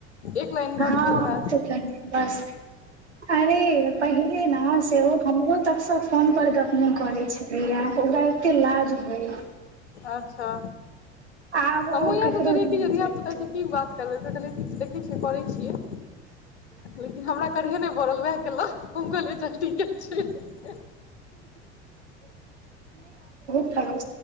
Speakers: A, on the left; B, on the right.
A: एक लाइन बात
B: हँ
A: भेल हैत
B: तब बस अरे पहिले नै सेहो हमरो तकसँ फोनपर गप्प नहि करैत छलैया हमरा एतै लाज होइत
A: अच्छा
B: <inaudible> ओ
A: हमहू इह
B: केकरो
A: सोचलियै
B: नहि
A: कि जे धियापुता
B: कहि सकैया
A: सँ की बात करबै फेर कहलियै देखै छियै करैत छियै लेकिन हमरा करहे नहि पड़ल वएहा केल हम कहलियै चल ठीके छै
B: हेलो